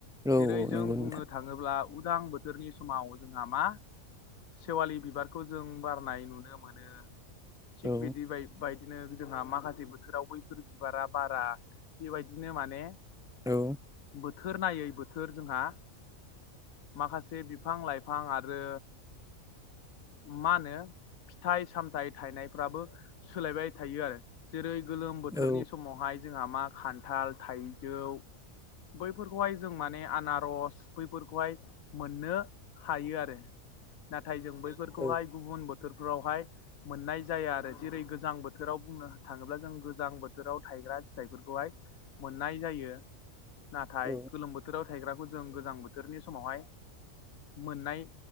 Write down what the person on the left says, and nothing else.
जेरै जों
बुंनो थाङोब्ला उदां बोथोरनि समाव जोंहा मा? सेवालि बिबारखौ जों बारनाय नुनो मोनो। थिग
बिदि बाय बायदिनो जोंहा माखासे बोथोराव बैफोर बिबारा बारा बेबायदिनो माने
बोथोर नायै बोथोर जोंहा माखासे बिफां लाइफां आरो मा होनो? फिथाइ सामथाइ थायनायफ्राबो सोलायबाय थायो आरो जेरै गोलोम बोथोरनि
समावहाय जोंहा मा खान्थाल थाइजौ बैफोरखौहाय जों माने आनारस बैफोरखौहाय मोननो हायो आरो आरो। नाथाय जों बैफोरखौहाय
गुबुन बोथोरफोरावहाय मोननाय जाया आरो जेरै गोजां बो थोराव बुंनो थाङोब्ला जों गोजां बोथोराव थायग्रा फिथाइफोरखौहाय मोननाय जायो। नाथाय
गोलोम बो थोराव थायग्राखौ जों गोजां बोथोरनि समावहाय मोननाय